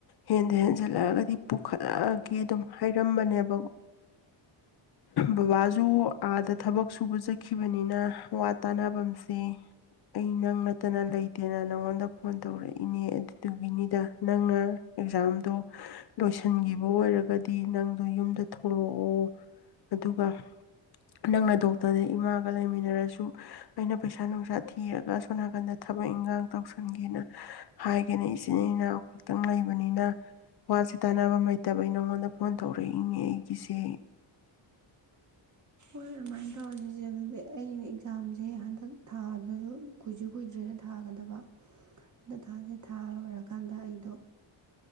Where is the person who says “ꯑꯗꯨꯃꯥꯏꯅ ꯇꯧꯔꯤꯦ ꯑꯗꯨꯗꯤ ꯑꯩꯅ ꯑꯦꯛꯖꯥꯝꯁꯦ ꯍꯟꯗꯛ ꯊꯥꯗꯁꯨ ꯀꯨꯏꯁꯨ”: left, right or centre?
Right